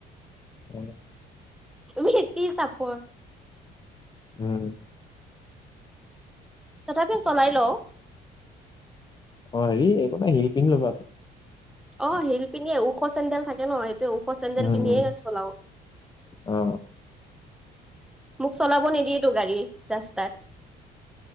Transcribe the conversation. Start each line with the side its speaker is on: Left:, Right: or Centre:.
Left: উহু।
Centre: বেতি চাপৰ
Left: উম।
Centre: তথাপিও চলাই লওঁ।
Left: অ হেৰি একো নাই শিল পিন্ধি লবা ক।
Centre: অ শিল পিন্ধিয়ে ওখ চেন্দেল থাকে ন সেইটোৱে ওখ চেন্দেল
Left: উম
Centre: পিন্ধিয়ে
Left: উম
Centre: চলাও।
Left: অ
Centre: মোক চলাব নিদিয়েতো গাড়ী 'ৰাস্তাত।